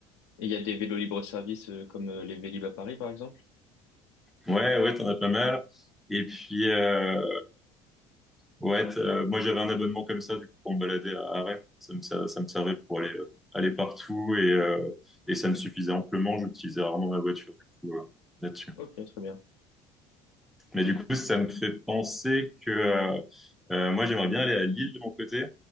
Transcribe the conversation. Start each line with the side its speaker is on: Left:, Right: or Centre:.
Left: Et il y a des vélos libre-service euh, comme euh, les Vélib à Paris, par exemple?
Centre: Ouais, ouais, ouais, t'en as pas mal. Et puis, euh, Ouais, t- euh, moi j'avais un abonnement comme ça du coup pour me balader à, à Rennes. Ça me, ser- ça, me servait pour aller euh, aller partout et euh, et ça me suffisait amplement. J'utilisais rarement ma voiture du coup euh, là-dessus.
Left: Ok, très bien.
Centre: Mais du coup ça me fait penser que euh, euh, moi j'aimerais bien aller à Lille de mon côté